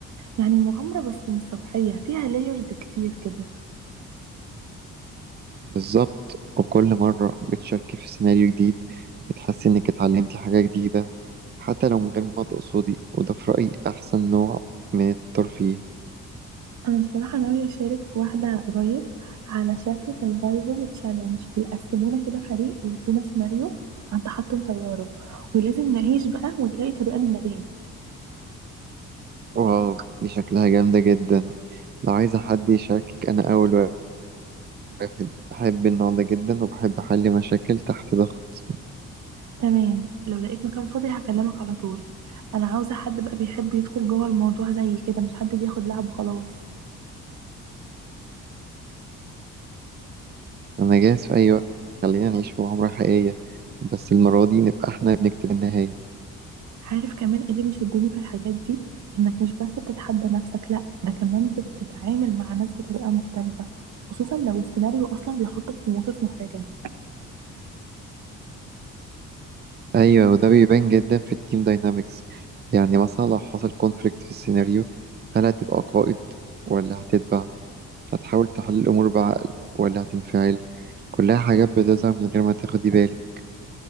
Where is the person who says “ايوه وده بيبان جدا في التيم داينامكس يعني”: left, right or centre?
Right